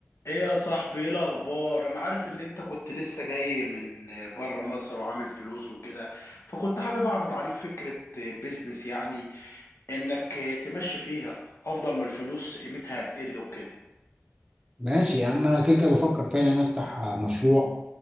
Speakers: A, on the left; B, on the right.
A: ايه يا صاحبي ايه الاخبار انا عارف ان انت كنت لسه جاي من بره مصر وعامل فلوس وكده فكنت حابب اعرض عليك فكرة بيزنس يعني انك تمشي فيها افضل ما الفلوس قيمتها هتقل وكده
B: ماشي يا عم انا كده كده بفكر فعلا افتح آه، مشروع